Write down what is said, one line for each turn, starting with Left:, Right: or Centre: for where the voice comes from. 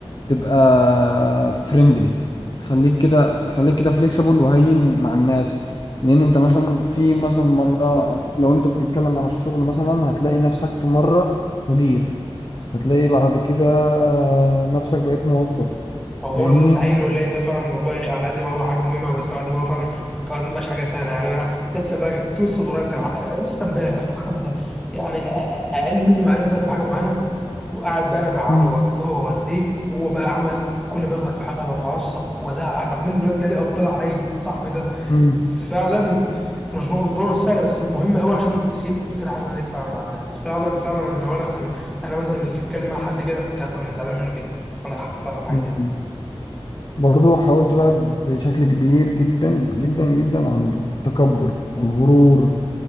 Left: تبقى فريندلي تخليك كده تخليك كده فليكسيبل وهين مع الناس لأن أنت مثلا في مثلا مرة لو أنت بتتكلم عن الشغل مثلا هتلاقي نفسك في مرة مدير هتلاقي بعد كده آه، نفسك بقيت موظف
Centre: موضوع
Left: فاهمني
Centre: العين واللين ده فعلا والله على قد ما هو حاجه مهمه على بس على قد ما هو فعلا اوقات ما بيبقاش حاجه سهله يعني انا لسه فاكر كنت لسه من قريب كان ع- لسه امبارح كان حد يعني اقل مني معرفه في حاجه معينه وقعد بقى انا بعرض
Left: مم.
Centre: هو دي هو بقى عمل كل ما يغلط في حاجه انا اتعصب وازعق رغم ان الواد ده ليه افضل عليا صاحبي ده
Left: مم.
Centre: بس فعلا مش الموضوع مش سهل بس مهم قوي عشان تسيب سيره حسنه ليك فعلا مع الناس فعلا فعلا انا وانا كان انا مثلا اللي اتكلم مع حد كده كنت هبقى زعلان منه جدا عندك حق فعلا في حاجه
Left: مم.
Centre: زي دي
Left: برضو حاولت بقى بشكل كبير جدا جدا جدا عن التكبر والغرور